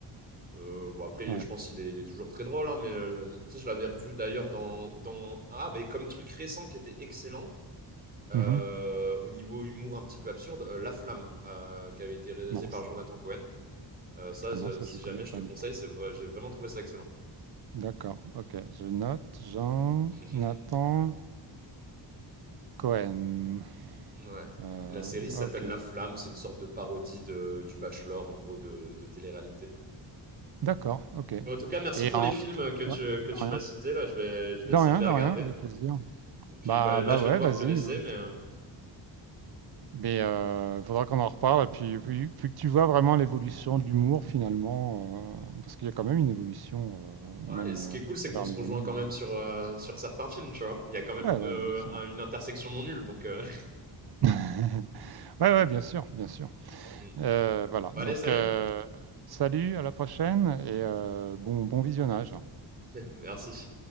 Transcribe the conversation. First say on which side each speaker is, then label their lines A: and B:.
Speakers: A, on the right; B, on the right.
A: euh, bon après,
B: ouais.
A: je pense qu'il est, il est toujours très drôle, hein, mais euh, tu sais, je l'avais revu d'ailleurs dans dans ah ben comme truc récent qui était excellent euh,
B: Mhm.
A: au niveau humour un petit peu absurde, euh, La Flamme euh, qui avait été réalisé
B: Non,
A: par
B: c'est-
A: Jonathan Cohen. Euh, ça,
B: ah
A: je-
B: non, ça
A: si
B: je connais
A: jamais je
B: pas,
A: te conseille,
B: dis donc.
A: c'est vrai, j'ai vraiment trouvé ça excellent.
B: D'accord, ok. Je note Jean
A: <laughs>
B: Nathan Cohen.
A: Ouais.
B: Euh,
A: La série s'appelle
B: ok.
A: La Flamme, c'est une sorte de parodie de, du Bachelor, en gros, de, de télé-réalité.
B: D'accord, ok.
A: Bon, en tout cas, merci
B: Et
A: pour
B: en.
A: les films que tu,
B: Ouais, de
A: que tu
B: rien.
A: m'as cités. Là, je vais, je vais
B: De
A: essayer
B: rien,
A: de les
B: de
A: regarder.
B: rien, avec plaisir.
A: Et puis,
B: Bah,
A: bah, là,
B: bah
A: je
B: ouais,
A: vais devoir
B: vas-y.
A: te laisser.
B: hein.
A: Mais euh,
B: Mais il faudra qu'on en reparle. Et puis, puis, puis que tu vois vraiment l'évolution de l'humour finalement, euh, parce qu'il y a quand même une évolution, euh,
A: ouais,
B: même
A: et ce
B: euh,
A: qui est
B: à
A: cool, c'est
B: travers
A: qu'on se
B: les
A: rejoint
B: années.
A: quand
B: hein.
A: même sur, euh, sur certains films, tu vois. Il y a quand même
B: Ouais,
A: une,
B: ouais,
A: euh,
B: bien sûr.
A: un- une intersection non nulle. Donc, euh,
B: <laughs> Ouais, ouais, bien sûr, bien sûr.
A: <laughs> mm.
B: Euh, voilà,
A: bah,
B: donc
A: allez, salut.
B: euh, salut, à la prochaine et euh, bon, bon visionnage.
A: <laughs> Merci.